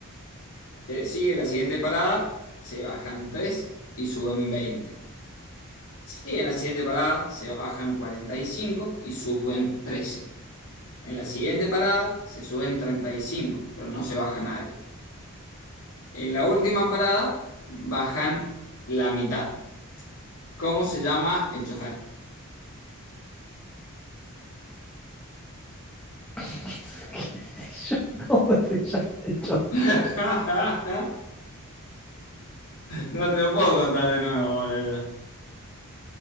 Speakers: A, on the left; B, in the centre.
A: Te sigue la siguiente parada, se bajan 3 y suben 20. Sí, en la siguiente parada se bajan cuarenta y cinco y suben 13. En la siguiente parada se suben 35, pero no se baja nadie. En la última parada bajan la mitad. ¿Cómo se llama el chofer?
B: <laughs> ¿Qué sé yo? <laughs> ¿Cómo se llama esto?
A: <laughs> No te lo puedo contar de nuevo ahora ya.